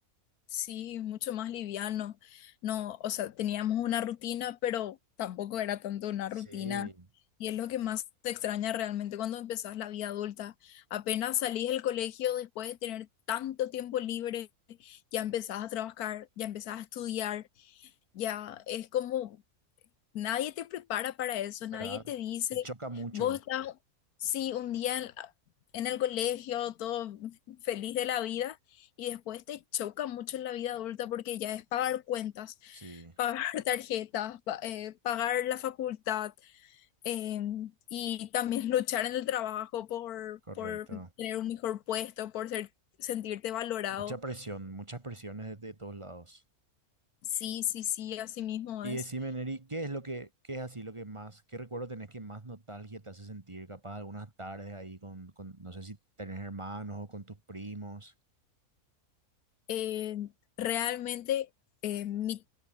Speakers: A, on the left; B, on the right.
A: Sí, mucho más liviano. No, o sea, teníamos una rutina, pero tampoco era tanto una
B: Sí.
A: rutina. Y es lo que más te extraña realmente cuando empezás la vida adulta. Apenas salís del colegio después de tener tanto tiempo libre, ya empezás a trabajar, ya empezás a estudiar, ya es como Nadie te prepara para eso,
B: ¿Verdad?
A: nadie te dice,
B: Te choca mucho.
A: vos estás, sí, un día en, en el colegio, todo feliz de la vida, y después te choca mucho en la vida adulta porque ya es pagar cuentas,
B: Sí,
A: pagar <laughs> tarjetas, pa- eh, pagar la facultad, eh, y también luchar en el trabajo por,
B: correcto.
A: por tener un mejor puesto, por ser, sentirte valorado.
B: Mucha presión, muchas presiones de, de todos lados.
A: Sí, sí, sí, así mismo
B: Y
A: es.
B: decime, Neri, ¿qué es lo que, qué es así lo que más, qué recuerdo tenés que más nostalgia te hace sentir? Capaz algunas tardes ahí con, con no sé si tenés hermanos o con tus primos.
A: Eh, realmente eh, mi,